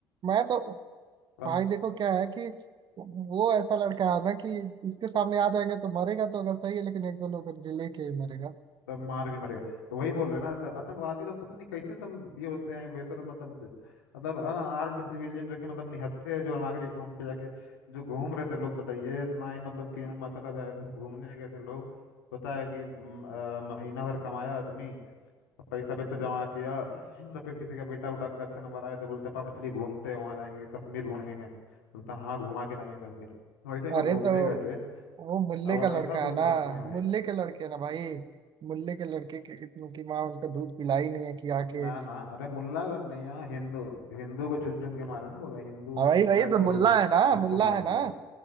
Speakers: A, on the right; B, on the left.
A: मैं तो
B: सब
A: भाई देखो क्या है कि वो ऐसा लड़का है ना कि इसके सामने आ जाएंगे तो मरेगा तो अगर सही है लेकिन एक दो लोग को लेके ही मरेगा
B: सब मार के मरेगा तो वही बोल रहे हैं ना तो आतंकवादी लोग पता नहीं कैसे तुम ये होते हैं बेसर मतलब ज- मतलब आर्म्ड सिविलियन जो कि मतलब निहत्थे जो नागरिक हैं उन पे जाके जो घूम रहे थे लोग बताइए ना ही मतलब क्यों मतलब है बस घूमने गए थे लोग पता है कि म, अ, महीना भर कमाया आदमी पैसा वैसा जमा किया तो फिर किसी का बेटा उठा के अच्छे नंबर आया तो बोलता पापा चलिए घूमते हैं वहाँ जाएंगे कश्मीर घूमेंगे बोलता हाँ घुमा के लाएंगे कश्मीर तो वैसे ही लोग
A: अरे
B: घूमने
A: तो
B: गए थे
A: वो
B: अब
A: मुल्ले का लड़का
B: वैसा को
A: है ना
B: मार दिया भाई
A: मुल्ले के लड़के ना भाई मुल्ले के लड़के के इतने की माँ उनका दूध पिलाई नहीं है कि आके
B: ना ना अरे मुल्ला नहीं यहाँ हिंदू हिंदू को चुन चुन के मारा ना बोला हिंदू
A: हाँ भाई भाई
B: है तो
A: तो मुल्ला है ना
B: उसको
A: मुल्ला
B: मार
A: है
B: दिया
A: ना